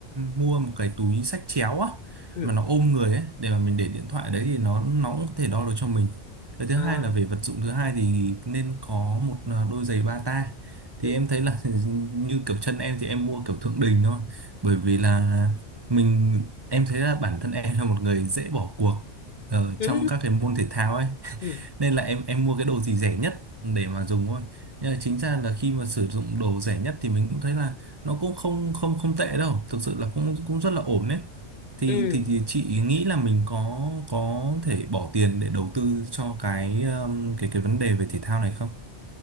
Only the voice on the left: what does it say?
Ừ.
À.
Ừ.
Ừ.
Ừ.
Ừ.